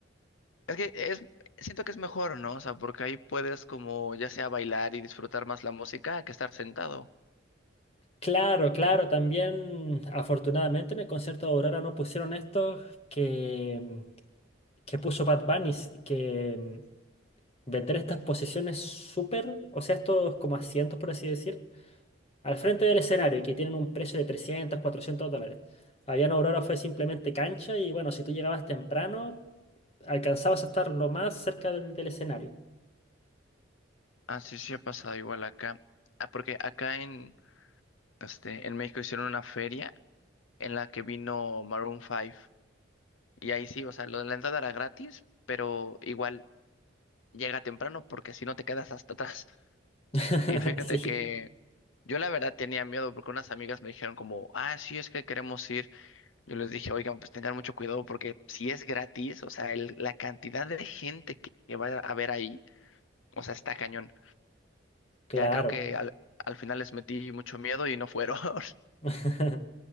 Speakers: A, on the left (about 80°); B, on the left (about 30°).
A: Es que es, siento que es mejor, ¿no? O sea, porque ahí puedes como ya sea bailar y disfrutar más la música que estar sentado.
B: Claro, claro, también afortunadamente en el concierto de Aurora no pusieron esto que, que puso Bad Bunny, que vender estas posiciones súper, o sea, estos como asientos, por así decir, al frente
A: ¿no?
B: del escenario, que tienen un precio de 300 400 dólares. Allá en Aurora fue simplemente cancha y bueno, si tú llegabas temprano, alcanzabas a estar lo más cerca del, del escenario.
A: Ah, sí, sí ha pasado igual acá. Ah, porque acá en, este, en México hicieron una feria en la que vino Maroon 5. Y ahí sí, o sea, lo de la entrada era gratis, pero igual llega temprano porque si no te quedas hasta atrás. <laughs>
B: <laughs>
A: Y fíjate
B: Sí,
A: que yo la verdad tenía miedo porque unas amigas me dijeron como, ah, sí, es que queremos ir. Yo les dije, oigan, pues tengan mucho cuidado porque si es gratis, o sea, el- la cantidad de gente que, que va a ver ahí, o sea, está cañón.
B: claro.
A: Ya creo que al, al final les metí mucho miedo y no fueron. <laughs>
B: <laughs>